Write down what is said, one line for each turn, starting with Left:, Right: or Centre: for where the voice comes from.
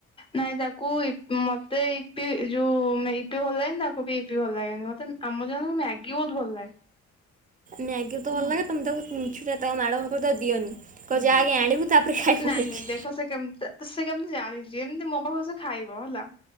Left: ନାଇଁ ତାକୁ ଇ ମତେ ଇପି ଯୋଉ ଇପି ଭଲ ଲାଗେନି ତାକୁ ବି ଇପି ଭଲ ଲାଗେନି ମତେ ଆମର ମ୍ୟାଗି ବହୁତ ଭଲ ଲାଗେ।
Right: ମ୍ୟାଗି ତ ଭଲ ଲାଗେ ତୁମେ ତାକୁ ମିଛ ଟାରେ ମାଡ ହେବ ତୁମେ ତାକୁ ଦିଅନି କହ ଯା ଆଗ ଆଣିବୁ। ତାପରେ ଖାଇବୁ
Left: ନାଇଁ
Right: ଯାଇକି।
Left: ନାଇଁ ଦେଖ ସେ କେମିତି ସେ କେମିତି ଜାଣିଛି ଏମିତି ମୋ ପାଖ ସେ ଖାଇବ। ହେଲା